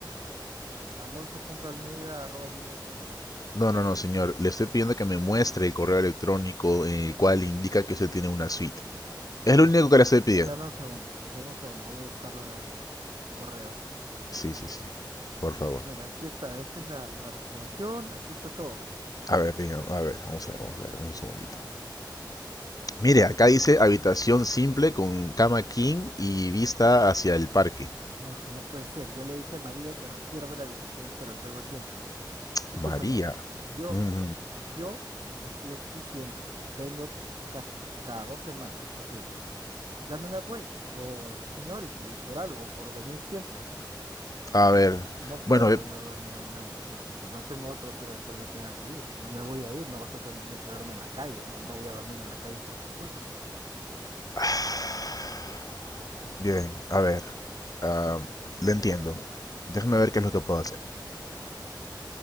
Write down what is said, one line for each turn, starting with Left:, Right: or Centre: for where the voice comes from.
Right: Alonso punto punto Almeida arroba gmail punto com
Left: No, no, no, señor. Le estoy pidiendo que me muestre el correo electrónico en el cual indica que usted tiene una suite. Es
Right: Ya,
Left: lo único que le estoy
Right: da-
Left: pidiendo.
Right: dame un segundo, sí, dame un segundo, voy a buscarlo en el, en el correo.
Left: Sí, sí, sí. Por favor.
Right: Ya, mira, aquí está, esta es la, la reservación, aquí está todo.
Left: A ver, diga, a ver, vamos a ver, vamos a ver, un segundito. Mire, acá dice habitación simple con cama king y vista hacia el parque.
Right: No, es que no puede ser, yo le dije a María que reserve la habitación que reserva siempre. Escúchame,
Left: María,
Right: yo,
Left: Ujú.
Right: yo estoy aquí siempre, vengo casi cada dos semanas, ok. Dame un upgrade por seniority, por algo, por venir siempre.
Left: A ver,
Right: No puedo
Left: bueno, eh,
Right: yo dormir en una habitación simple y no tengo otro hotel al cual me tenga que ir. No me voy a ir, no vas a pretender quedarme en la calle, ¿no? No voy a dormir en la calle por tu culpa.
Left: <sighs> bien, a ver, ah, le entiendo. Déjame ver qué es lo que puedo hacer.